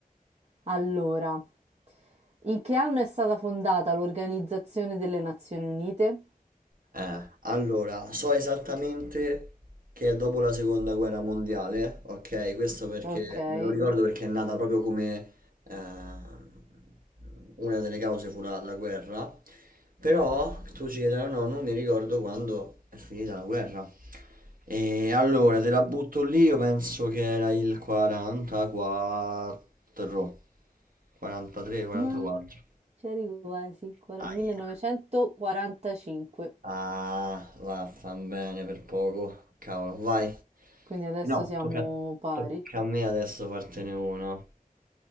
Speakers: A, on the right; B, on the right.
A: Allora, in che anno è stata fondata l'Organizzazione delle Nazioni Unite?
B: Eh, allora, so esattamente che è dopo la seconda guerra mondiale, ok? Questo perché
A: Okay.
B: me lo ricordo perché è nata proprio come ehm, una delle cause fu la, la guerra. Però tu ci chiederai, no, non mi ricordo quando è finita la guerra. E allora te la butto lì, io penso che era il 44, 43, 44.
A: No, c'eri quasi. Quara-
B: Ahia.
A: 1945.
B: Ah, vaffanbene per poco. Cavolo, vai. Eh
A: Quindi adesso
B: No,
A: siamo
B: tocca,
A: pari.
B: tocca a me adesso fartene uno.